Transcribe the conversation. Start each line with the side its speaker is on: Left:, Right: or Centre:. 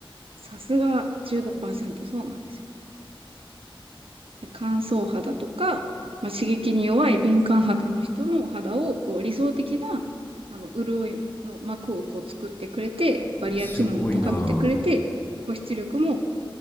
Right: さすが15%そうなんですよ。で乾燥肌とか、まあ、刺激に弱い敏感肌の人の肌をこう理想的なあの潤いの膜をこう作ってくれて、バリア機能も高めてくれて、
Left: すごいな
Right: 保湿力も